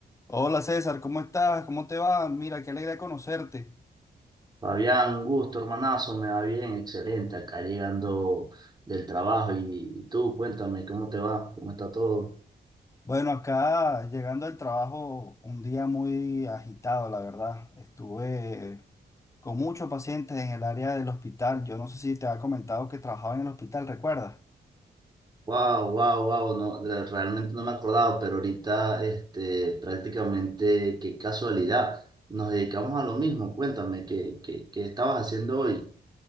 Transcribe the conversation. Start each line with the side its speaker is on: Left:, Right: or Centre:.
Left: Hola César, ¿cómo estás? ¿Cómo te va? Mira, qué alegría conocerte.
Right: Fabián, un gusto, hermanazo, me va bien, excelente, acá llegando del trabajo y, y tú, cuéntame, ¿cómo te va? ¿Cómo está todo?
Left: Bueno, acá llegando al trabajo, un día muy agitado, la verdad. Estuve con muchos pacientes en el área del hospital. Yo no sé si te había comentado que trabajaba en el hospital, ¿recuerdas?
Right: Wow, wow, wow, no, de- realmente no me acordaba, pero ahorita, este, prácticamente, qué casualidad, nos dedicamos a lo mismo, cuéntame, ¿qué, qué, qué estabas haciendo hoy?